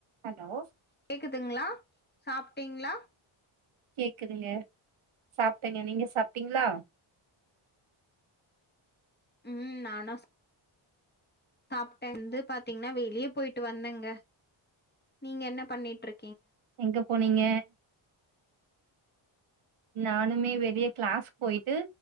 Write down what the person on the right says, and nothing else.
ஹலோ
கேக்குதுங்க சாப்டங்க நீங்க சாப்டிங்ளா
எங்க போனீங்க நானுமே வெளிய க்ளாஸ் போயிட்டு